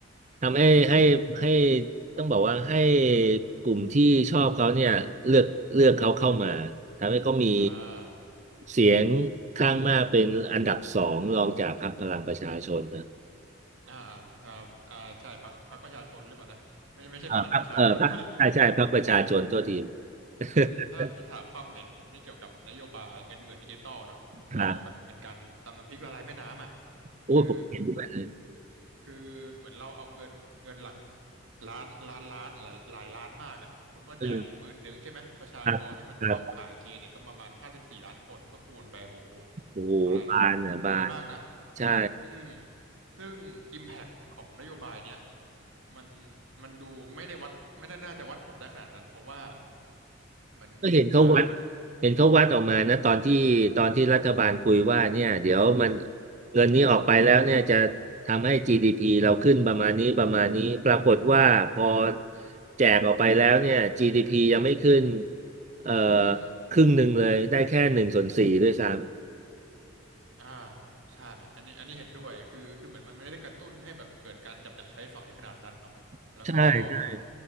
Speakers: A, on the right; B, on the right.
A: ทำให้ให้ให้ต้องบอกว่าให้กลุ่มที่ชอบเขาเนี่ยเลือกเลือกเขาเข้ามาทำให้เขามี
B: อ่า
A: เสียงข้างมากเป็นอันดับสองรองจากพรรคพลังประชาชนนะ
B: อ่าอ่าอ่าอ่าใช่พรรคพรรคประชาชนหรือเปล่านะไม่ไม่ใช่พลังประชาชน
A: อ่าพรรคเออพรรคใช่ใช่พรรคประชาชนโทษที
B: <laughs>
A: <laughs>
B: อืมถ้าถ้าถามความเห็นผมนี่เกี่ยวกับนโยบายเงินหมื่นดิจิตอลเนาะผมผมมองว่าแบบเป็นการตำน้ำพริกละลายแม่น้ำอ่ะ
A: ครับ โอ้ยผมเห็นด้วยเลย
B: คือคือเหมือนเราเอาเงินเงินหลักล้านล้านล้านหลายหลายล้านมากอ่ะสมมติว่าแจกหมื่นหนึ่งใช่ไหมประชากรที่มันเข้าข่ายเกณฑ์เนี่ยก็ประมาณห้าสิบสี่ล้านคนก็คูณไปโห
A: เออครับครับโอ้โหบานอ่ะบาน
B: เท่าไหร่อ่ะเยอะมากนะ
A: ใช่
B: อืม ซึ่ง Impact ของนโยบายเนี้ยมันมันดูไม่ได้วัดไม่น่าจะวัดผลได้ขนาดนั้นเพราะว่าเหมือนอ่า
A: ก็เห็นเขาวัดเห็นเขาวัดออกมานะตอนที่ตอนที่รัฐบาลคุยว่าเนี่ย เดี๋ยวมันเงินนี้ออกไปแล้วเนี่ย จะทำให้ GDP เราขึ้นประมาณนี้ประมาณนี้ ปรากฏว่าพอแจกออกไปแล้วเนี่ย GDP ยังไม่ขึ้นเอ่อ
B: อืม
A: ครึ่งหนึ่งเลย ได้แค่หนึ่งส่วนสี่ด้วยซ้
B: อ่าใช่อันนี้อันนี้เห็นด้วยคือคือเหมือนมันไม่ได้กระตุ้นให้แบบเกิดการจับจ่ายใช้สอยขนาดนั้นเนาะแล้วก็เหมือน
A: ำใช่ใช่